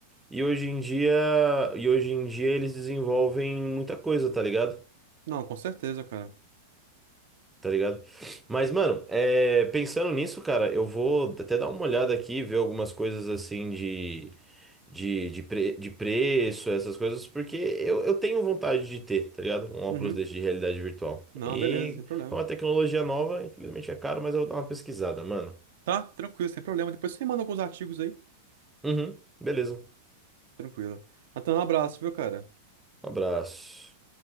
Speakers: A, in the centre; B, on the right.
A: E hoje em dia, e hoje em dia eles desenvolvem muita coisa, tá ligado?
B: Não, com certeza, cara.
A: tá ligado? Mas, mano, é, pensando nisso, cara, eu vou até dar uma olhada aqui, ver algumas coisas assim de, de, de, pre- de preço, essas coisas, porque eu, eu tenho vontade de ter, tá ligado? Um óculos
B: Uhum.
A: desse de realidade virtual.
B: Não,
A: E
B: beleza, sem problema.
A: é uma tecnologia nova, infelizmente é caro, mas eu vou dar uma pesquisada, mano.
B: Tá? Tranquilo, sem problema. Depois você manda alguns artigos aí.
A: Uhum, beleza.
B: Tranquilo. Natan, um abraço, viu, cara?
A: Um abraço.